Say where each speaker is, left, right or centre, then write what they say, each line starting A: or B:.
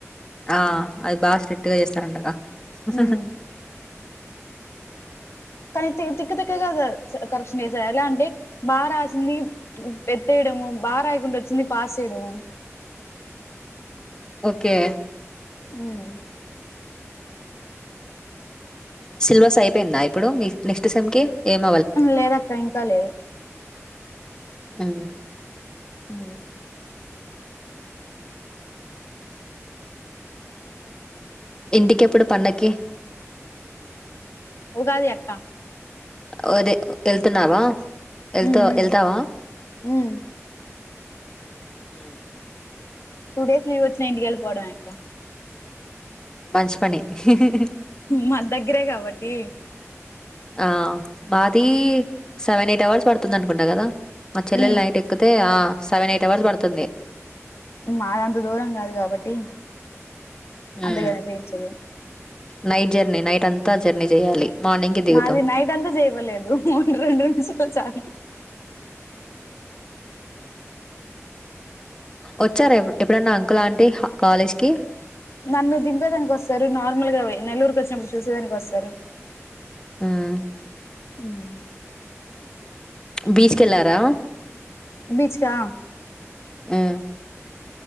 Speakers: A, on the left; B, on the left.
A: ఆ అది బాగా స్ట్రిక్ట్ గా చేస్తారుండగా
B: హ్మ్.
A: హహ
B: కానీ తిక్క తక్క గా కరప్షన్ చేసారు ఎలా అంటే బాగా రాసింది ఎట్టేయడము బాగా రాయకుండా వచ్చింది పాస్ చేయడము
A: ఓకే
B: ఉమ్
A: సిలబస్ అయిపోయిందా ఇప్పుడు మీ నెక్స్ట్ సెమ్ కి ఏం
B: లేదక్క ఇంకా లేదు
A: అ
B: హమ్
A: ఇంటికి ఎప్పుడు పండగకి
B: ఉగాది అక్కా
A: అదే వెళ్తున్నావా వెళ్త
B: హ్మ్. హ్మ్.
A: వెళ్తావా
B: హ్మ్.
A: అ
B: టూ డేస్ లీవ్ వచ్చిన ఇంటికికెల్లి పోవడమే ఇంక.
A: మంచించి పని ఇహి! ఇహి!
B: మా దగ్గరే కాబట్టి.
A: ఆ మాది సెవెన్ ఎయిట్ అవర్స్ పడుతుంది అనుకుంటా కదా. మా చెల్లెలు
B: హ్మ్.
A: నైట్ ఎక్కితే ఆ. సెవెన్ ఎయిట్ అవర్స్ పడుతుంది.
B: మా అదంత దూరం కాదు కాబట్టి.
A: హ్మ్.
B: అంతకనిపంచదు.
A: నైట్ జర్నీ, నైట్ అంతా జర్నీ చేయాలి. మార్నింగ్ కి దిగుతాం
B: మాది నైట్ అంతా చేయలేదు ఒకటి రెండు నిమిషాలు.
A: వచ్చారా? ఎ ఎప్పుడన్నా అంకుల్ంటి కాలేజ్ కి.
B: నన్ను దింపేదానికి వస్తారు. నార్మల్గా నెల్లూరుకి వచ్చినప్పుడు చూసేదానికి వస్తారు.
A: హ్మ్!
B: హ్మ్!
A: బీచ్ కి వెళ్ళారా?
B: బీచ్ కా?
A: హ్మ్!